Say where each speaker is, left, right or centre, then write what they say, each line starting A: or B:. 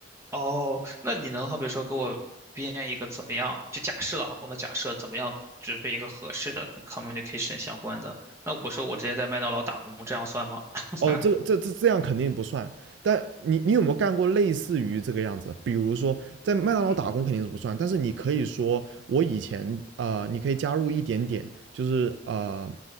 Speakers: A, on the right; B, on the right.
A: 哦，那你能好比说给我编一个怎么样？就假设啊，我们假设怎么样准备一个合适的跟 communication 相关的？那我说我直接在麦当劳打工，这样算吗？<laughs>
B: 哦，这个这这这样肯定不算。但你你有没有干过类似于这个样子？比如说在麦当劳打工肯定是不算，
A: 嗯
B: 但是你可以说我以前呃，你可以加入一点点，就是呃，